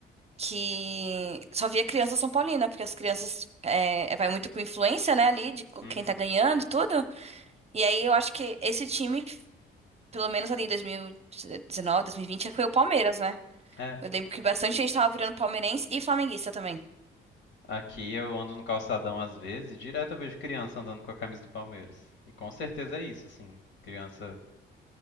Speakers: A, on the right (about 30°); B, on the left (about 65°).
A: que só via criança São Paulina, porque as crianças é, vai muito por influência, né, ali de co-
B: Uhum.
A: quem tá ganhando e tudo. E aí eu acho que esse time, pelo menos ali em 2019, 2020, foi o Palmeiras, né?
B: É.
A: Eu lembro que bastante gente tava virando palmeirense e flamenguista também.
B: Aqui eu ando no calçadão às vezes e direto eu vejo criança andando com a camisa do Palmeiras. E com certeza é isso, assim. Criança,